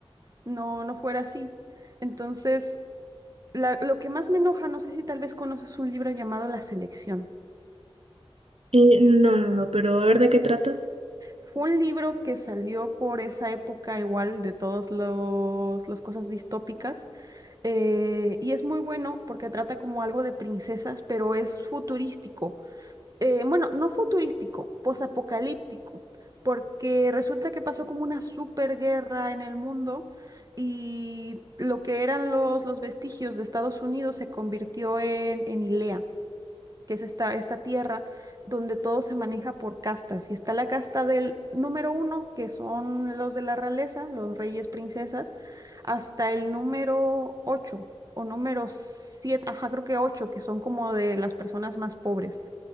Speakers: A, on the right; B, on the right.
A: no, no fuera así. Entonces, la- lo que más me enoja, no sé si tal vez conoces un libro llamado La Selección.
B: Eh, no, no, no, pero a ver de qué trata.
A: Fue un libro que salió por esa época igual de todos los, las cosas distópicas eh, y es muy bueno porque trata como algo de princesas, pero es futurístico. Eh, bueno, no futurístico, posapocalíptico, porque resulta que pasó como una superguerra en el mundo y lo que eran los, los vestigios de Estados Unidos se convirtió en, en hilea que es esta, esta tierra donde todo se maneja por castas. Y está la casta del número uno, que son los de la realeza, los reyes, princesas, hasta el número ocho o número siete, ajá, creo que ocho, que son como de las personas más pobres.